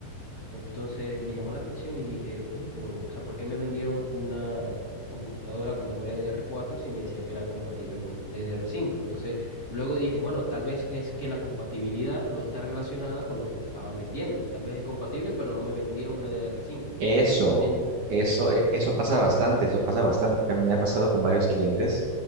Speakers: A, on the left; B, on the right.
A: Entonces me llamó la atención y dije, oye, pero, o sea, ¿por qué me vendieron una computadora con memoria DDR4 si me decía que era compatible con DDR5? Entonces luego dije, bueno, tal vez es que la compatibilidad no está relacionada con lo que me estaban vendiendo. Tal vez es compatible, pero no me vendieron una DDR5.
B: Eso,
A: En,
B: eso, e- eso pasa bastante, eso pasa bastante. Me me ha pasado con varios clientes